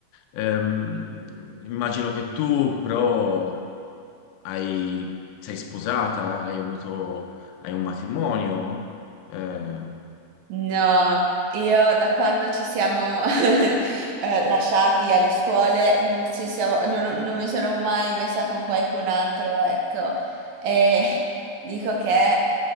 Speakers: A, on the left; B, on the right.
A: ehm, immagino che tu però hai- sei sposata, hai avuto, hai un matrimonio, eh,
B: No, io da quando ci siamo <laughs> eh, lasciati alle scuole non, ci siamo- non- non mi sono mai messa con qualcun altro, ecco. E <laughs> dico che